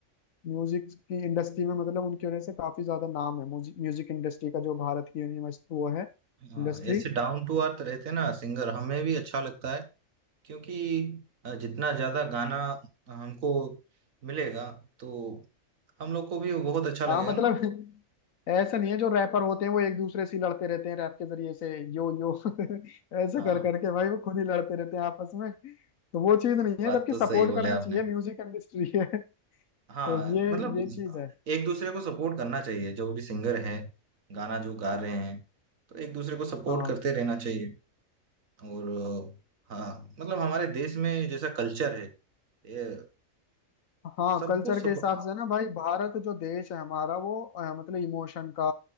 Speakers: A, on the left; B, on the right.
A: म्यूजिक की इंडस्ट्री में मतलब उनकी वजह से काफी ज्यादा नाम है म्यूजिक इंडस्ट्री का जो भारत की यूनिवर्सिटी वो है
B: हाँ
A: इंडस्ट्री
B: ऐसे डाउन टू अर्थ रहते ना सिंगर हमें भी अच्छा लगता है क्योंकि अ, जितना ज्यादा गाना हमको मिलेगा तो हम लोग को भी बहुत अच्छा लगेगा
A: हाँ मतलब
B: ना
A: <laughs> ऐसा नहीं है जो रैपर होते हैं वो एक दूसरे से ही लड़ते रहते हैं रैप के जरिए से यो यो <laughs> ऐसे
B: हाँ
A: कर
B: हाँ
A: करके भाई वो खुद ही लड़ते रहते हैं आपस में तो वो चीज नहीं
B: बात
A: है जबकि
B: तो
A: सपोर्ट
B: सही बोले
A: करना
B: आपने
A: चाहिए म्यूजिक इंडस्ट्री है <laughs> तो
B: हाँ
A: ये
B: मतलब
A: ये चीज है
B: एक दूसरे को सपोर्ट करना चाहिए जो भी सिंगर है गाना जो गा रहे हैं तो एक दूसरे को सपोर्ट
A: हाँ
B: करते रहना चाहिए और अ, हाँ मतलब हमारे देश में जैसा कल्चर है ये
A: हाँ
B: सबको
A: कल्चर
B: सपोर्ट
A: के हिसाब
B: हाँ
A: से ना भाई भारत जो देश है हमारा वो अ, मतलब इमोशन का